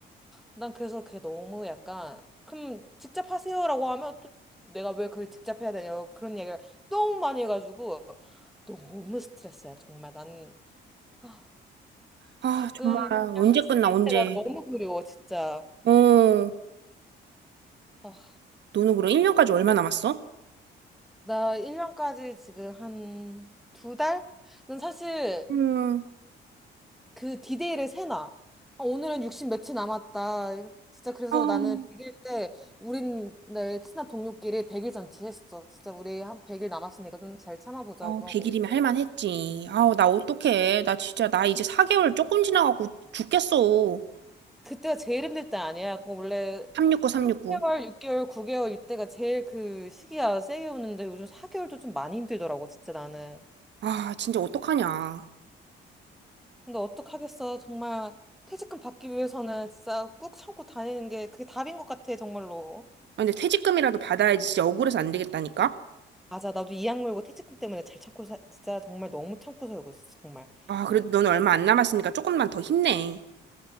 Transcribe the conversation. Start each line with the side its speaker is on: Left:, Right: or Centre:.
Centre: 난 그래서 그게 너무 약간 그럼 직접 하세요라고 하면 또 내가 왜 그걸 직접 해야 되냐고 그런 얘기를 너무 많이 해가지고 너무 스트레스야 정말 난 아,
Right: 아,
Centre: 가끔
Right: 정말 언제
Centre: 학생
Right: 끝나 언제?
Centre: 때가 너무 그리워 진짜
Right: 어,
Centre: 아,
Right: 너는 그럼 1년까지 얼마 남았어?
Centre: 나 1년까지 지금 한 두 달? 난 사실
Right: 음.
Centre: 그 디데이를 세나. 아, 오늘은 60 며칠 남았다. 진짜 그래서
Right: 아,
Centre: 나는 100일 때 우린 내 친한 동료끼리 100일 잔치했어. 진짜 우리 한 100일 남았으니까 좀 잘 참아보자고
Right: 아, 100일이면
Centre: 하고 이제
Right: 할 만했지. 아우, 나 어떡해. 나 진짜 나 이제 4개월 조금 지나갖고 죽겠어.
Centre: 그때가 제일 힘들 때 아니야. 그 원래
Right: 369 369.
Centre: 8개월, 6개월, 9개월 이때가 제일 그 시기야 세게 오는데 요즘 4개월도 좀 많이 힘들더라고 진짜 나는.
Right: 아, 진짜 어떡하냐. 아,
Centre: 근데 어떡하겠어. 정말 퇴직금 받기 위해서는 진짜 꾹 참고 다니는 게 그게 답인 것 같아 정말로.
Right: 근데 퇴직금이라도 받아야지 진짜 억울해서 안 되겠다니까.
Centre: 맞아. 나도 이 악물고 퇴직금 때문에 잘 참고 사, 진짜 정말 너무 참고 살고 있어. 정말.
Right: 아, 그래도 너는 얼마 안 남았으니까 조금만 더 힘내.